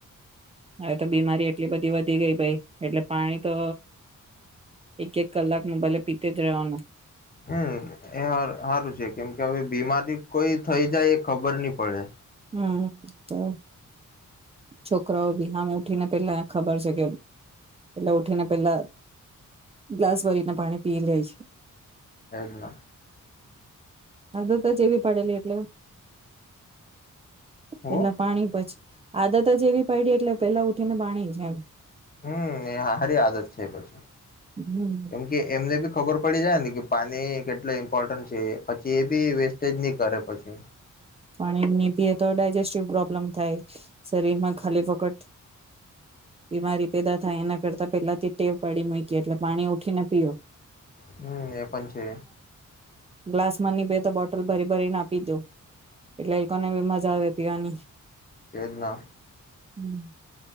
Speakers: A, on the right; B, on the left.
A: હવે તો બીમારી એટલી બધી વધી ગઈ ભાઈ, એટલે પાણી તો એક એક કલાકમાં ભલે પીતે જ રહેવાનું
B: હમ્મ, એર સારું છે, કેમકે હવે બીમારી કોઈ થઈ જાય એ ખબર ની પડે.
A: હમ્મ. તો છોકરાઓ બી આમ ઉઠીને પેલા ખબર છે, કે એટલે ઉઠીને પેલા ગ્લાસ ભરીને પાણી પી લે છે.
B: એજ ના
A: આધતજ એવી પડેલી એટલે
B: હું
A: પેલા પાણી પછી આદતજ એવી પડી એટલે પેલા ઉઠીને પાણી, એમ.
B: હમ્મ, એ હારી આદત છે પછી,
A: હમ
B: કેમકે એમને ભી ખબર પડી જાય ને કે પાની કેટલુ ઇમ્પોર્ટન્ટ છે એ પછી એ બી વેસ્ટેજ ની કરે પછી
A: પાણી નહી પીએ તો ડાયજેસ્ટિવ પ્રોબ્લેમ થાય. શરીર માં ખાલી ફોકટ બીમારી પેદા થાય એના કરતા પેલાથી ટેવ પાડી મૂકી એટલે પાણી ઉઠીને પીઓ.
B: હમ્મ એ પણ છે.
A: ગ્લાસમાંની બેે તો બોટલ ભરી ભરીને આપી દે. એટલે એ લોકો ને બી મજા આવે. પિવાની.
B: કેજના
A: હમ્મ.